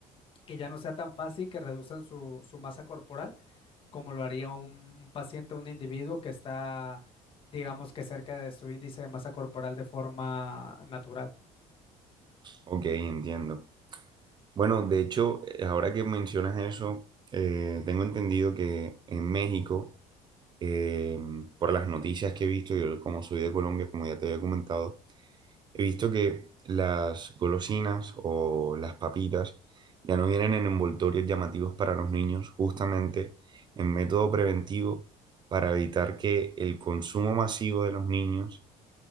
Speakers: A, on the left; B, on the right.
A: que ya no sea tan fácil que reduzcan su, su masa corporal como lo haría un, un paciente, un individuo que está, digamos que cerca de su índice de masa corporal de forma natural.
B: ok, entiendo. Bueno, de hecho, eh, ahora que mencionas eso, eh, tengo entendido que en México, eh, por las noticias que he visto, yo como soy de Colombia, como ya te había comentado, he visto que las golosinas o las papitas ya no vienen en envoltorios llamativos para los niños, justamente en método preventivo para evitar que el consumo masivo de los niños